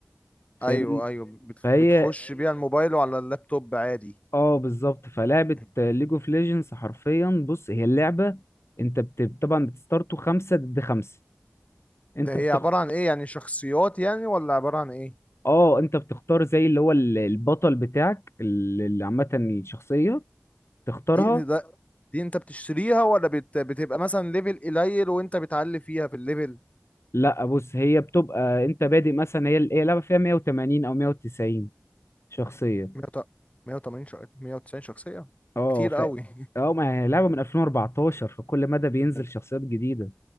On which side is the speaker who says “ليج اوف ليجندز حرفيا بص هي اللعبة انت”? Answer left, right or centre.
Left